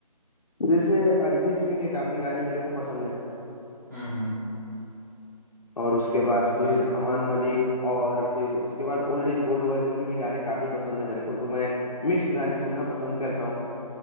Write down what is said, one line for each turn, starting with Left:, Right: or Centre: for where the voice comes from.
Left: जैसे अरिजीत सिंह के काफी गाने मेरे को पसंद है
Right: हम्म हम्म
Left: और उसके बाद
Right: बहुत बढ़िया
Left: फिर अमान मलिक और फिर उसके बाद ओल्ड इज गोल्ड वर्जन के भी गाने काफी पसंद है मेरे को तो मैं मिक्स्ड गाने सुनना पसंद करता हूँ